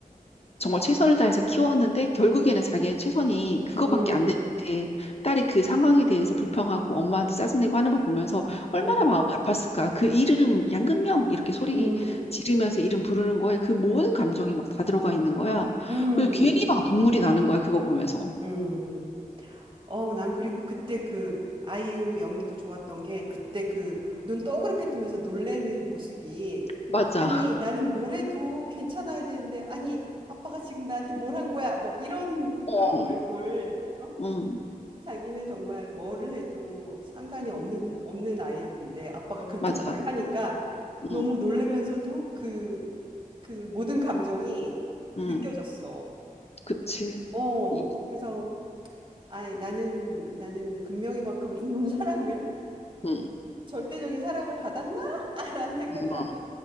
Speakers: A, on the left; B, on the right.
A: 정말 최선을 다해서 키웠는데 결국에는 자기의 최선이 그거밖에
B: 응,
A: 안 되는데 딸이 그 상황에 대해서 불평하고 엄마한테 짜증내고 하는 거 보면서 얼마나
B: 응,
A: 마음이 아팠을까. 그 이름 양금명 이렇게 소리
B: 응,
A: 지르면서 이름 부르는 거에 그 모든 감정이 막 다 들어가 있는 거야.
B: 응,
A: 그래서 괜히 막 눈물이 나는 거야. 그거 보면서.
B: 응. 어, 난 그리고 그때 그 아이유 연기도 좋았던 게 그때 그 눈 동그랗게 뜨면서 놀래는 모습이
A: 맞아.
B: 아니, 나는 뭘 해도 괜찮아야 되는데 아니, 아빠가 지금 나한테 뭘 한 거야? 뭐 이런
A: 어,
B: 그런 얼굴. 어?
A: 응,
B: 자기는 정말 뭐를 해도 상관이 없는 없는 아이였는데 아빠가 그렇게
A: 맞아.
B: 말을 하니까 너무
A: 응,
B: 놀라면서도 그 그 모든 감정이
A: 응,
B: 느껴졌어.
A: 그치.
B: 어,
A: 이-
B: 그래서 아, 나는 나는 금명이만큼 그런 <laughs> 사랑을
A: 응,
B: 절대적인 사랑을 받았나라는 <laughs> 생각을
A: 응.
B: 하면